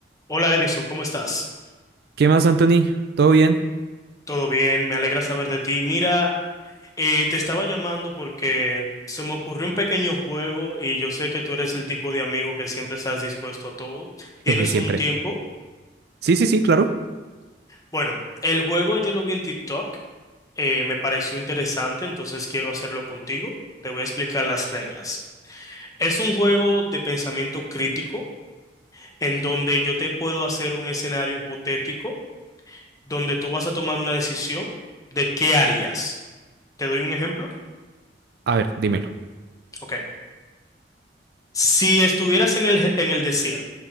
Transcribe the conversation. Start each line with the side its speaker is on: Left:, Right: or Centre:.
Left: Hola Edison, ¿cómo estás?
Right: ¿Qué más, Anthony? ¿Todo bien?
Left: Todo bien, me alegra saber de ti. Mira, eh, te estaba llamando porque se me ocurrió un pequeño juego y yo sé que tú eres el tipo de amigo que siempre estás dispuesto a todo. ¿Tienes
Right: Jeje, siempre.
Left: un tiempo?
Right: Sí, sí, sí, claro.
Left: Bueno, el juego yo lo vi en TikTok, eh, me pareció interesante, entonces quiero hacerlo contigo. Te voy a explicar las reglas. Es un juego de pensamiento crítico en donde yo te puedo hacer un escenario hipotético donde tú vas a tomar una decisión de qué harías. ¿Te doy un ejemplo?
Right: A ver, dímelo.
Left: Ok. Si estuvieras en el, je- en el desierto